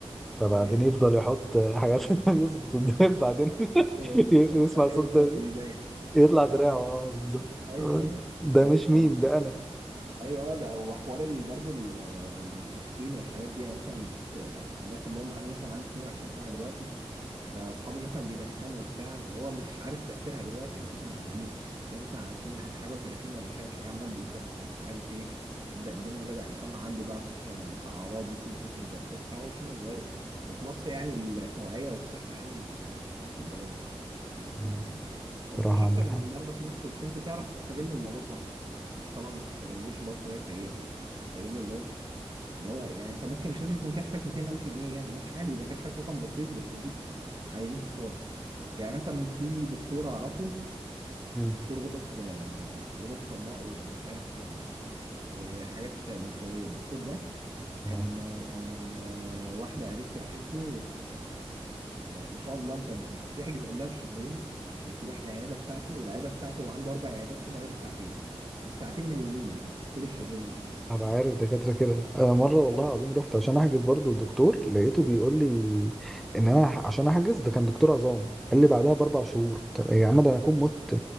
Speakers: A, in the centre; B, on the right.
A: فبعدين
B: <laughs>
A: يفضل يحط حاجات <laughs> يظبط الدولاب بعدين <laughs>
B: ايوه
A: يقفل
B: كنت خايف.
A: يسمع
B: اخر
A: صوت
B: يفضل
A: تزييق
B: هو اللي زيك
A: يطلع دراعه
B: ايوه
A: اه
B: مش-
A: بالظبط
B: ايوه
A: آه،
B: ايوه
A: ده
B: ف- ف-
A: مش ميم ده انا
B: ايوه آه، ده وحوار ال- برضو ال- التدخين والحاجات دي يعني مثلا ت- الناس اللي هم انا مثلا عندي 22 سنه دلوقتي فاصحابي مثلا بيدخنوا وبتاع هو مش عارف تاثيرها دلوقتي يعني هتظهر بعدين تلاقي مثلا على سن حاجه و30 ولا حاجه تلاقيه عمال بيكح مش عارف ايه ده الدنيا بدا يسمع عنده بقى في في اعراض ممكن يخش في جلطات بتاعه وهو سنه صغير ففي مصر يعني التوعيه والصحه يعني في- تحت البلاط ميتين
A: مم،
B: يعني
A: صراحة
B: فمفيش اكتر
A: عندك
B: من
A: حق
B: النهارده في مصر بس انت تعرف تستغل الموضوع صح مش طبعا ما تستغلوش اللي هو بطريقه سيئه استغله اللي هو اللي هو يعني انت ممكن مش لازم يكون كشفك 200000 جنيه يعني ممكن عادي يبقى كشفك رقم بسيط بس تجيب عينين كتار يعني مثلا في دكتور اعرفه
A: مم،
B: الدكتور غدد غدد صماء ومش عارف و- وحاجات لمفاويه الدكتور ده
A: تمام
B: كان آه، واحده قريبتي راحت له آه، ما شاء الله انت بتحجز قبلها بشهرين عشان تروح العياده بتاعته والعياده بتاعته هو عنده اربع عيادات كل عياده ساعتين الساعتين مليانين طول الشهرين ده
A: انا عارف دكاترة كده انا مرة والله
B: أيوة.
A: العظيم رحت عشان احجز برضو الدكتور لقيته بيقول لي ان انا ح- عشان احجز ده كان دكتور عظام قال لي بعدها باربع شهور طب يا عم ده انا اكون مت